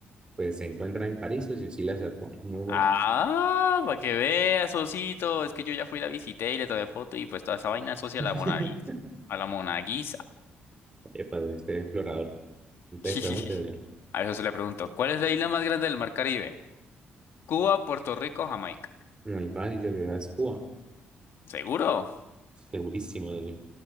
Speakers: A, on the right; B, on the left.
A: Pues se encuentra en París, socio, sí la acertó. Muy buena.
B: Ah, para que veas, Osito. Es que yo ya fui, la visité y le tomé foto y pues toda esa vaina asocia
A: <laughs>
B: a la Mona Lisa- A la Mona Lisa.
A: Epa, de este explorador. Entonces,
B: <laughs>
A: pregúntese,
B: A eso se le preguntó. ¿Cuál es la isla más grande del mar Caribe? Cuba, Puerto Rico, Jamaica.
A: Muy fácil, socio, es Cuba.
B: ¿Seguro?
A: Segurísimo, socio.